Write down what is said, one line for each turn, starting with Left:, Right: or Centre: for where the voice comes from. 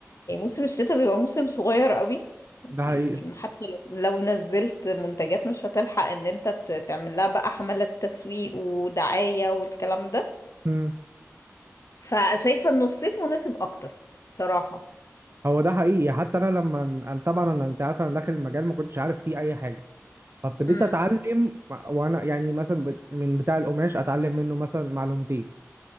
Left: يعني موسم الشتاء بيبقى موسم صغير قوي
Right: ده حقيقي
Left: يعني حتى لو لو نزلت منتجات مش هتلحق ان انت ت- تعمل لها بقى حملة تسويق ودعاية والكلام ده
Right: امم
Left: فشايفة انه الصيف مناسب اكتر بصراحة
Right: هو ده حقيقي حتى انا لما انا طبعا انا انت عارف انا داخل المجال ما كنتش عارف فيه اي حاجه فابتديت
Left: امم
Right: اتعلم وانا يعني مثلا بت- من بتاع القماش اتعلم منه مثلا معلومتين